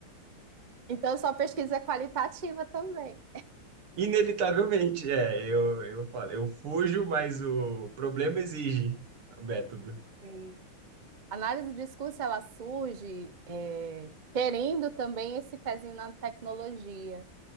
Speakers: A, on the right; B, on the right.
A: Então, sua pesquisa é qualitativa também.
B: Inevitavelmente, é, eu, eu falo, eu fujo, mas o problema exige o método.
A: Sim. A análise do discurso ela surge eh, querendo também esse pezinho na tecnologia.